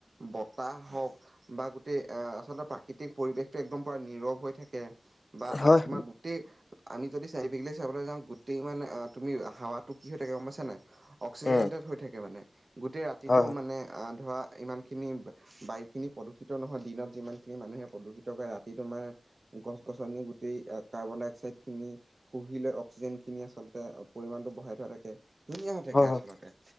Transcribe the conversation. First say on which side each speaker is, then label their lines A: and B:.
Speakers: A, on the right; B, on the left.
A: বতাহ হওক। বা গোটেই আহ আচলতে প্ৰাকৃতিক পৰিৱেশটো একদম পুৰা নীৰৱ হৈ থাকে বা
B: হয়
A: তোমাৰ গোটেই আমি যদি চাৰি বিক চাবলৈ যাওঁ গোটেই ইমান তুমি হাৱাতটো কি হৈ থাকে গম পাইছানে নাই। অক্সিজেণ্টেড
B: উম
A: হৈ থাকে মানে গোটেই ৰাতিটো
B: হয় হয়।
A: মানে ধৰা ইমান খিনি বায়ু খিনি প্ৰদূষিত নহয় দিনত যিমান খিনি মানুহে প্ৰদূষিত কৰে ৰাতি তোমাৰ গছ গছনি গোটেই কাৰ্বন ডাই অক্সাইড খিনি শুহি লৈ অক্সিজেন খিনি আচলতে পৰিমামানটো বঢ়াই থোৱা থাকে ধুনীয়া থাকে
B: হয়
A: আচলতে
B: হয়